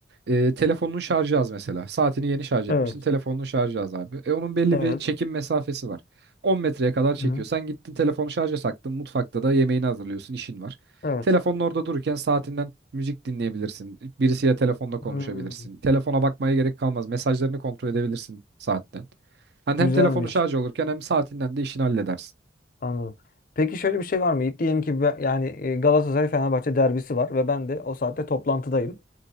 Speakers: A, on the right (about 60°); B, on the left (about 50°).
A: E, telefonun şarjı az mesela. Saatini yeni şarj etmişsin.
B: Evet.
A: Telefonun şarjı az abi. E onun belli
B: Evet.
A: bir çekim mesafesi var. 10 metreye kadar çekiyor.
B: Hı
A: Sen gittin telefonu şarja taktın. Mutfakta da yemeğini hazırlıyorsun. işin var.
B: Evet.
A: Telefonun orada dururken saatinden müzik dinleyebilirsin. Birisiyle telefonda konuşabilirsin.
B: Hmm,
A: Telefona bakmaya gerek kalmaz. Mesajlarını kontrol edebilirsin saatten. Hani
B: Güzelmiş.
A: hem telefonu şarj olurken hem saatinden de işini halledersin.
B: Anladım. Peki şöyle bir şey var mı? Yiğit? Diyelim ki ben, yani e, Galatasaray Fenerbahçe derbisi var ve ben de o saatte toplantıdayım.